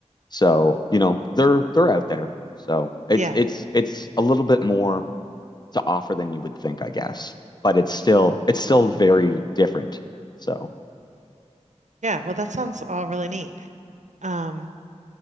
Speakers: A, on the left; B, on the right.
A: So, you know, they're they're out there. So it's
B: Yeah.
A: it's it's a little bit more to offer than you would think, I guess. But it's still it's still very different. So
B: Yeah. Well, that sounds all really neat. Um,